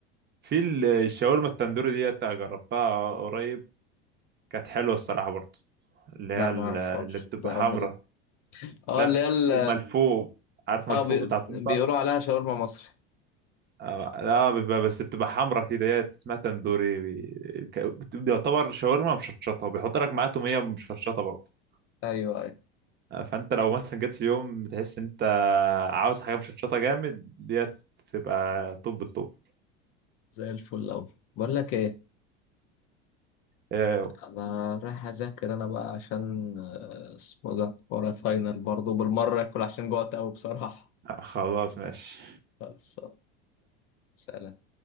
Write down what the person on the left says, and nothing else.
لا
ما
اعرفهاش
ده
انا دي اه
اللي هي ال-
اه بي...
بيقولوا عليها شاورما مصري
ايوه ايوه
زي الفل اوي بقول لك ايه
انا رايح اذاكر انا بقى عشان آه، اسمه ده ورايا فاينل برضه بالمره اكل عشان جوعت قوي بصراحه
<laughs> خلاص سلام